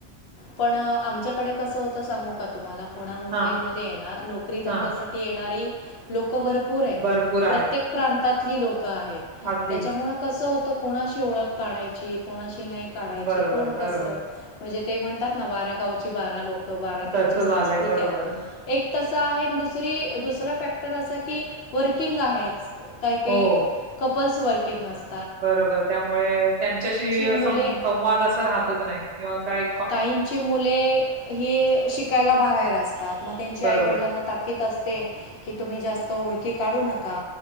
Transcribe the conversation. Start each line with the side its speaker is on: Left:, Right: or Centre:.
Left: पण आमच्याकडे कसं होतं सांगू का तुम्हाला पुनामुंबईमध्ये
Right: हां,
Left: आहे ना नोकरी धंद्यासाठी
Right: हां.
Left: येणारी लोक लोक भरपूर आहेत
Right: भरपूर
Left: प्रत्येक
Right: आहेत.
Left: प्रांतातली लोक
Right: अगदीच.
Left: त्याच्यामुळे कस होत कोणाशी ओळख काढायची कोणाशी नाही काढायची
Right: बरोबर,
Left: कोण
Right: बरोबर.
Left: तसं म्हणजे ते म्हणतात ना बारा गावची बारा लोक बारा त्यांच्या
Right: तसं
Left: संस्कृत्या
Right: झालंय बरोबर.
Left: एक तस आहे दुसरी दुसरा फॅक्टर असा की वर्किंग आहेच काही काही
Right: हो.
Left: कपल्स वर्किंग असत
Right: बरोबर त्यामुळे त्यांच्याशी
Left: मुले
Right: सं संवाद असं राहतच नाही किंवा काय
Left: काहींची मुले ही शिकायला बाहेर असतात मग त्यांची
Right: बरोबर,
Left: आईवडिलांना ताकीद असतात की तुम्ही जास्त ओळखी काढू नका